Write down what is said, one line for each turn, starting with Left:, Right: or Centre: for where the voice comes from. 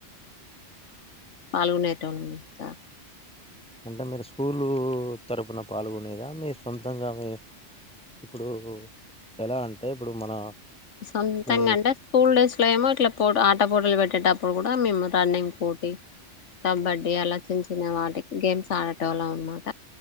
Left: పాల్గొనేట వాళ్ళ ఉన్నా సార్
Centre: అంటే మీరు స్కూలు తరఫున పాల్గొనేదా మీ సొంతంగా మీ ఇప్పుడు ఎలా అంటే ఇప్పుడు మన
Left: సొంతంగా
Centre: మీ
Left: అంటే స్కూల్ డేస్ లో ఏమో ఇట్లా పో పట్టపూటలు పెట్టేటప్పుడు కూడా మేము రన్నింగ్ పోటీ కబడ్డీ అలా చిన్న చిన్న వాటికి గేమ్స్ ఆడే వాళ్ళం అనమాట